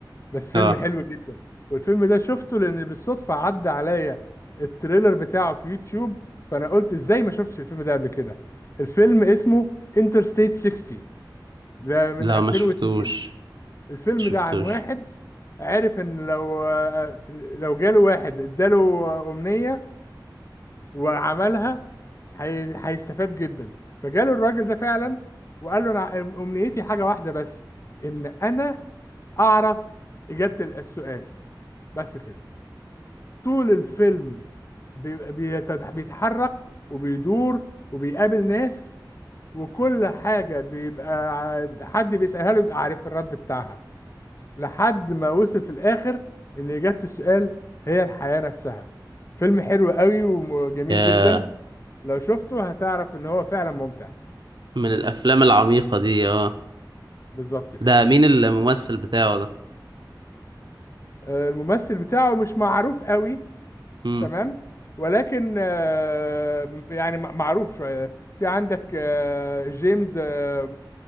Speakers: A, on the left; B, on the right.
A: بس فيلم
B: اه
A: حلو جدا والفيلم ده شفته لان بالصدفه عدى عليا التريلر بتاعه في يوتيوب فانا قلت ازاي ما شفتش الفيلم ده قبل كده الفيلم اسمه انترستيت 60 ده من
B: لا
A: 2002
B: ما شفتوش
A: الفيلم
B: ما شفتوش
A: ده عن واحد عرف ان لو لو جاله واحد اداله امنيه وعملها هي- هيستفاد جدا فجاله الراجل ده فعلا وقال له انا امنيتي حاجه واحده بس ان انا اعرف اجابه السؤال بس كده طول الفيلم بيبقى بيتد- بيتحرك وبيدور وبيقابل ناس وكل حاجة بيبقى ع- حد بيسألها له بيبقى عارف الرد بتاعها لحد ما وصل في الآخر إن إجابة السؤال هي الحياة نفسها فيلم حلو قوي وجميل
B: يا
A: جدا لو شفته هتعرف إن هو فعلا ممتع
B: من الافلام العميقة دي اه
A: بالظبط كده
B: ده مين الممثل بتاعه ده
A: آه، الممثل بتاعه مش معروف قوي
B: امم
A: تمام ولكن آه، يعني م- معروف شوية في عندك آه، جيمس آه،